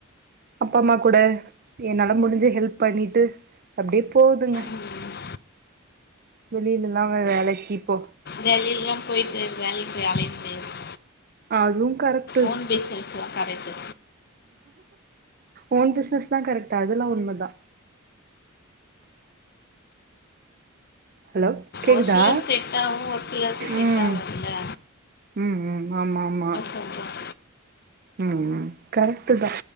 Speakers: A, on the right; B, on the left.
A: அப்பா அம்மா கூட என்னால முடிஞ்ச ஹெல்ப் பண்ணிட்டு அப்டியே போகுதுங்க
B: ம்.
A: வெளிலல்லா வேற வேலைக்கு போ
B: வெளிலல்லா போயிட்டு வேலைக்கு போய் அலைய முடியாது
A: அதுவு கரெக்
B: ஓன் பிசினஸ் தா கரெட்டு
A: ஓன் பிஸ்னஸ் தா கரெக்டு அதெல்லா உண்மதா ஹலோ கேக்குதா
B: ஒரு சிலருக்கு செட் ஆவு ஒரு சிலருக்கு செட்
A: ம்
B: ஆவாதுல
A: ம் ம் ஆமா ஆமா
B: சொல்கிறோம்
A: ம் ம் கரெக்ட் தா